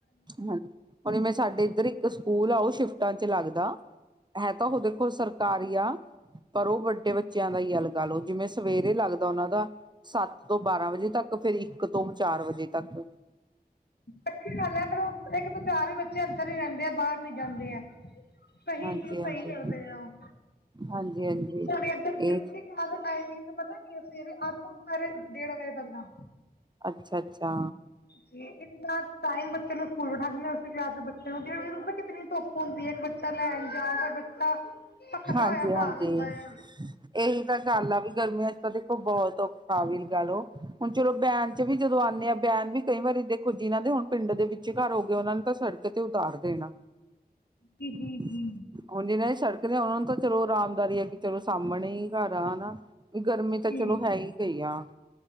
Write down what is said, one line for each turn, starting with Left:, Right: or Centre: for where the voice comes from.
Right: ਹਾਂਜੀ ਹੁਣ ਜਿਵੇਂ ਸਾਡੇ ਇੱਧਰ ਇੱਕ ਸਕੂਲ ਆ ਉਹ ਸ਼ਿਫਟਾਂ 'ਚ ਲੱਗਦਾ। ਹੈ ਤਾਂ ਉਹ ਦੇਖੋ ਸਰਕਾਰੀ ਆਂ। ਪਰ ਉਹ ਵੱਡੇ ਬੱਚਿਆਂ ਦਾ ਹੀ ਲਗਾ ਲਓ ਜਿਵੇਂ ਸਵੇਰੇ ਲੱਗਦਾ ਉਹਨਾਂ ਦਾ। ਸੱਤ ਤੋਂ ਬਾਰਾਂ ਵਜੇ ਤੱਕ ਫਿਰ ਇੱਕ ਤੋਂ ਚਾਰ ਵਜੇ ਤੱਕ।
Left: ਅੱਛੀ ਗੱਲ ਹੈ ਪਰ, ਉਹ ਇੱਕ ਤਾਂ ਵਿਚਾਰ ਵੀ ਬੱਚੇ ਅੰਦਰ ਹੀ ਰਹਿੰਦੇ ਆ, ਬਾਹਰ ਨੀ ਜਾਂਦੇ ਆ। ਸਹੀ
Right: ਹਾਂਜੀ
Left: ਚੀਜ਼
Right: ਹਾਂਜੀ
Left: ਸਹੀ ਕਰਦੇ ਆ, ਉਹ
Right: ਹਾਂਜੀ ਹਾਂਜੀ
Left: ਸਾਡੇ ਏਧਰ।
Right: ਇਹ
Left: ਟਾਈਮਿੰਗ ਪਤਾ ਕੀ ਹੈ ਸਵੇਰੇ ਅੱਠ ਤੋਂ ਦੁਪਹਿਰੇ ਡੇਢ ਵਜੇ ਤੱਕ ਦਾ।
Right: ਅੱਛਾ ਅੱਛਾ।
Left: ਜੀ ਇਹ। ਨਾ ਟਾਈਮ ਬੱਚੇ ਨੂੰ ਸਕੂਲ ਬਠਾ ਦਿੰਦੇ ਉਸੇ ਕਲਾਸ ਦੇ ਬੱਚੇ ਨੂੰ ਡੇਢ ਵਜੇ ਪਤਾ ਕਿੰਨੀ ਧੁੱਪ ਹੁੰਦੀ ਹੈ। ਬੱਚੇ ਲੈਣ ਜਾਓ ਫੇਰ ਬੱਚਾ ਭਖਦਾ
Right: ਹਾਂਜੀ
Left: ਹੋਇਆ
Right: ਹਾਂਜੀ
Left: ਘਰ ਆਉਂਦਾ ਆਂ।
Right: ਇਹੀ ਤਾਂ ਗੱਲ ਆ ਵੀ ਗਰਮੀਆਂ 'ਚ ਤਾਂ ਦੇਖੋ ਬਹੁਤ ਔਖਾ ਵੀ ਲਗਾ ਲਉ, ਹੁਣ ਚਲੋ। ਵੈਨ ਵਿੱਚ ਵੀ ਜਦੋਂ ਆਉਂਦੇ ਆ ਵੈਨ ਵੀ ਕਈ ਵਾਰੀ ਦੇਖੋ ਜਿਨ੍ਹਾਂ ਦੇ ਹੁਣ ਪਿੰਡ ਦੇ ਵਿੱਚ ਘਰ ਹੋ ਗਏ ਉਹਨਾਂ ਨੂੰ ਤਾਂ ਸੜਕ ਤੇ ਉਤਾਰ ਦੇਣਾ।
Left: ਜੀ, ਜੀ,
Right: ਹਾਂਜੀ
Left: ਜੀ।
Right: ਹੁਣ ਜਿਨਾਂ ਦੇ ਸੜਕ। ਤੇ ਆਂ ਉਹਨਾਂ ਨੂੰ ਤਾਂ ਚਲੋ ਆਰਾਮਦਾਰੀ ਆਗੀ, ਚਲੋ ਸਾਹਮਣੇ ਹੀ ਘਰ ਆ ਹਨਾ। ਵੀ ਗਰਮੀ ਤਾਂ
Left: ਜੀ,
Right: ਚਲੋ ਹੈ ਹੀ ਗਈ ਆ